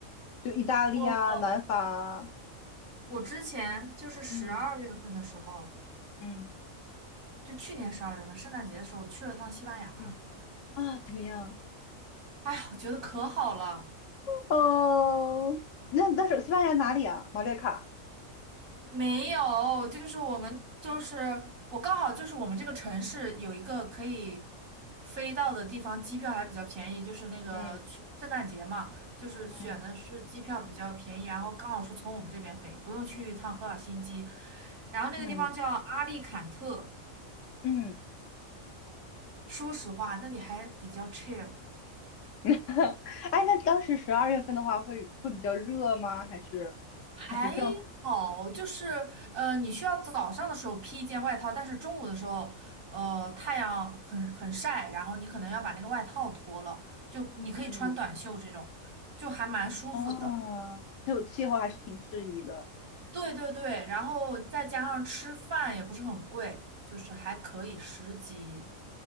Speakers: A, on the left; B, on the right.
A: 就意大利啊、
B: 我。
A: 南法啊
B: 我之前就是十二月份的时候，
A: 嗯嗯
B: 就去年十二月份圣诞节的时候，我去了趟西班牙。
A: 嗯啊，怎么样？
B: 哎呀，我觉得可好了。
A: 哦，那你是西班牙哪里啊？马略卡。
B: 没有，就是我们就是我刚好就是我们这个城市有一个可以飞到的地方，机票还比较便宜，就是那个去圣诞节嘛，
A: 嗯
B: 就是选的是机票比较便宜，
A: 嗯
B: 然后刚好是从我们这边飞，不用去一趟赫尔辛基。然后那个地方叫阿利坎特，
A: 嗯嗯，
B: 说实话，那里还比较 chill。
A: <laughs> 哎，那当时十二月份的话会会比较热吗？还是
B: 还
A: 还是正？
B: 好，就是呃，你需要早上的时候披一件外套，但是中午的时候，呃，太阳很很晒，然后你可能要把那个外套脱了，就你可以穿短袖这种，
A: 嗯
B: 就还蛮舒服的。
A: 啊，就气候还是挺适宜的。
B: 对对对，然后再加上吃饭也不是很贵，就是还可以十几